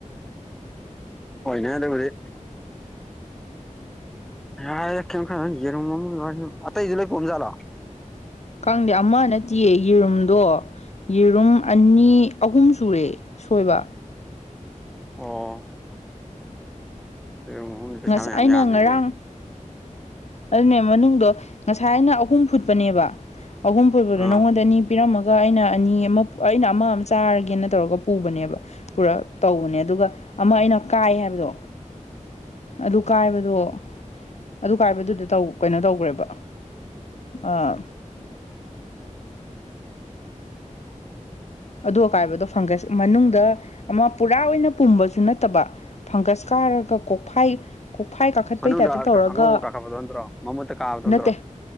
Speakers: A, in the centre; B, on the left (about 60°).
A: ꯍꯣꯏꯅꯦ ꯑꯗꯨꯕꯨꯗꯤ ꯌꯥꯔꯦ ꯀꯔꯝ ꯈꯜꯂꯅꯨ ꯌꯦꯔꯨꯝ ꯑꯃꯒꯤ ꯋꯔꯤꯕꯨ ꯑꯇꯩꯁꯨ ꯂꯣꯏꯅ ꯄꯨꯛ ꯖꯠꯂꯣ
B: ꯈꯪꯗꯦ ꯑꯃ ꯅꯠꯇꯦꯌꯦ ꯌꯦꯔꯨꯝꯗꯣ ꯌꯦꯔꯨꯝ ꯑꯅꯤ ꯑꯍꯨꯝ ꯁꯨꯔꯦ ꯁꯣꯏꯕ
A: ꯑꯣ ꯌꯦꯔꯨꯝ ꯑꯍꯨꯝꯗꯤ ꯄꯩꯁꯥ
B: ꯉꯁꯥꯏ
A: ꯃꯌꯥꯝ
B: ꯑꯩꯅ
A: ꯌꯥꯝꯃꯦꯍꯦ
B: ꯉꯔꯥꯡ ꯑꯗꯨꯅ‌ꯦ ꯃꯅꯨꯡꯗꯣ ꯉꯁꯥꯏꯅ ꯑꯍꯨꯝ ꯐꯨꯠꯄꯅꯦꯕ ꯑꯍꯨꯝ ꯐꯨꯄꯗ
A: ꯑꯥ
B: ꯅꯉꯣꯟꯗ ꯑꯅꯤ ꯄꯤꯔꯝꯃꯒ ꯑꯗꯨꯒ ꯑꯩꯅ ꯑꯅꯤ ꯑꯃ ꯑꯩꯅ ꯑꯃ ꯑꯃ ꯆꯥꯔꯒꯦꯅ ꯇꯧꯔꯒ ꯄꯨꯕꯅꯦꯕ ꯄꯨꯔꯥ ꯇꯧꯕꯅꯦ ꯑꯗꯨꯒ ꯑꯃ ꯑꯩꯅ ꯀꯥꯏ ꯍꯥꯏꯕꯗꯣ
A: <inaudible>
B: ꯑꯗꯨ ꯀꯥꯏꯕꯗꯣ ꯑꯗꯨ ꯀꯥꯏꯕꯗꯨꯗ ꯀꯩꯅꯣ ꯇꯧꯈ꯭ꯔꯦꯕ ꯑꯥ
A: <inaudible>
B: ꯑꯗꯨ ꯑꯀꯥꯏꯕꯗꯣ ꯐꯪꯒꯁ ꯃꯅꯨꯡꯗ ꯑꯃ ꯄꯨꯔꯥ ꯑꯣꯏꯅ ꯄꯨꯝꯕꯁꯨ ꯅꯠꯇꯕ ꯐꯪꯒꯁ ꯀ ꯀꯥꯔꯒ ꯀꯣꯛꯐꯥꯏ ꯀꯣꯛꯐꯥꯏ ꯀꯥꯈꯠꯄꯩ
A: ꯃꯅꯨꯡꯗ
B: ꯇꯥꯏꯞꯇ ꯇꯧꯔꯒ
A: ꯑꯉꯧꯕ ꯀꯥꯈꯠꯄꯗꯣ ꯅꯠꯇ꯭ꯔꯣ ꯃꯃꯨꯠꯇ ꯀꯥꯕꯗꯣ
B: ꯅꯠꯇꯦ
A: ꯅꯠꯇ꯭ꯔꯣ